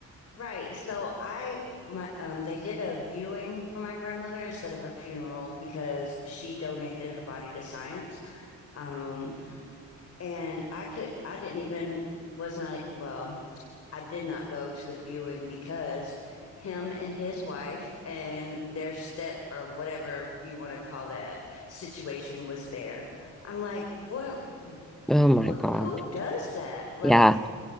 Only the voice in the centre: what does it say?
Oh my
God.
Yeah.